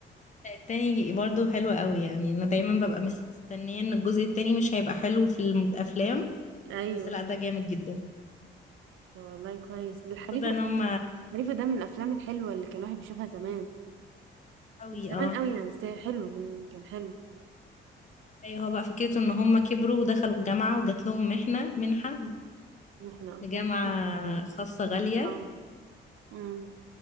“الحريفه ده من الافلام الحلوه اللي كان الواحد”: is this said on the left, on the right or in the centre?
Right